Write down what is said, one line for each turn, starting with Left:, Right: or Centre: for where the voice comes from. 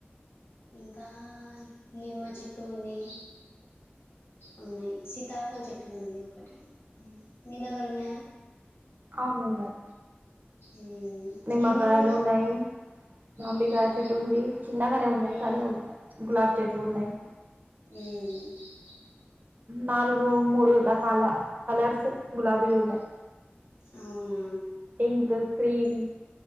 Left: ఇంకా నిమ్మ చెట్టు ఉంది. ఉన్నాయి. సీతాఫల్ చెట్టు ఉంది ఒకటి. మీ దగ్గర ఉన్నాయా?
Right: అవును ఉన్నాయి.
Left: ఉమ్
Right: నిమ్మకాయలు
Left: ఏమేమి
Right: ఉన్నాయి. మామిడికాయ
Left: ఉమ్
Right: చెట్టు ఉంది. చిన్నగానే ఉన్నాయి
Left: ఉమ్
Right: కానీ గులాబి చెట్లు ఉన్నాయి.
Left: మ్
Right: నాలుగు, మూడు రకాల కలర్స్ గులాబీలు ఉన్నాయి.
Left: అవునా
Right: ఇంకో క్రీమ్